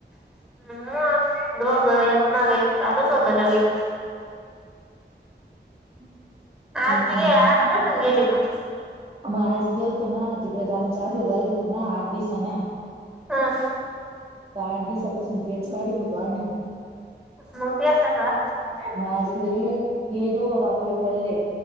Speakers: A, in the centre; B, on the right (about 35°).
A: <unintelligible>
B: तेच
A: आज बी
B: आहे
A: गे
B: ना
A: आज नसून गेली मग
B: मग आज गेलतो ना तिकडे तर आमच्या आजोळ राहिलं होतं ना आठ दिवसांनं
A: हं,
B: तर आठ दिवसापासून तेच काढित होतो आम्ही
A: मग पेरलं का
B: हा स् नाही हे दोघं बाप लेकं बोलले